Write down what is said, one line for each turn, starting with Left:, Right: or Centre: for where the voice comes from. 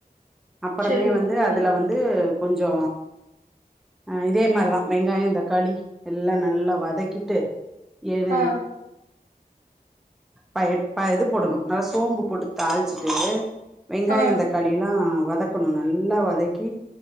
Centre: அப்புறமே
Right: செரிங்க
Centre: வந் து
Right: தோழி
Centre: அதுல வந்து கொஞ்சோ அ இதே மாரிதா வெங்காயோ தக்காளி எல்லா நல்லா வதக்கிட்டு ஏன
Right: ஆ
Centre: பய பயது போடணு நல்லா சோம்பு போட்டு தாளிச்சிட்டு வெங்காயோ
Right: ஆ
Centre: தக்காளில்லா வதக்கணு நல்லா வதக்கி